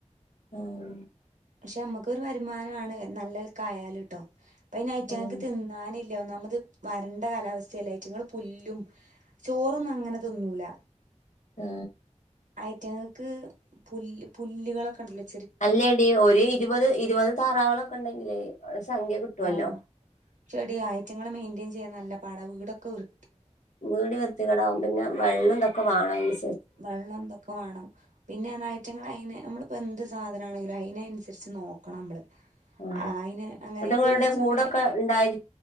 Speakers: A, on the left; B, on the right.
A: ഉം
B: പക്ഷെ നമ്മുക്കൊരു വരുമാനമാണ് നല്ലൽക്ക ആയാല് ട്ടോ പ്പം അയ്ന് ഐറ്റങ്ങൾക്ക്
A: ഉം
B: തിന്നാൻ ഇല്ല ഒന്നാമത് വരണ്ട കാലാവസ്ഥല്ലേ ഐറ്റങ്ങള് പുല്ലും ചോറൊന്നും അങ്ങനെ തിന്നൂല്ല.
A: ആ
B: ഐറ്റങ്ങൾക്ക് പുല്ല് പുല്ലുകളൊക്കെ യുണ്ടല്ലോ
A: അല്ലടീ ഒരു ഇരുപത് ഇരുപത് താറാവളൊക്കെ ഉണ്ടെങ്കിലേ സംഖ്യ കിട്ടുവല്ലോ
B: ആ ചെടിയ ഐറ്റങ്ങള് മെയി തുചെയ്യാൻ നല്ല പാടാ വീടൊക്കെ വൃ
A: വീട് വൃത്തികേടാവും പിന്നെ വെള്ളംന്തൊക്കെ വേണമീ
B: വെള്ളം ഇതൊക്കെ വേണം പിന്നെനയറ്റങ്ങൾ അയിനെ നമ്മളിപ്പോൾ എന്ത് സാധനമാണെങ്കിലും അതിനനുസരിച്ച് നോക്കണം നമ്മള്
A: ആ
B: അയിന് അങ്ങനെ
A: അതുങ്ങളുടെ
B: ഇപ്പൊ ഈ സമയം
A: കൂടൊക്കെ യിണ്ടായി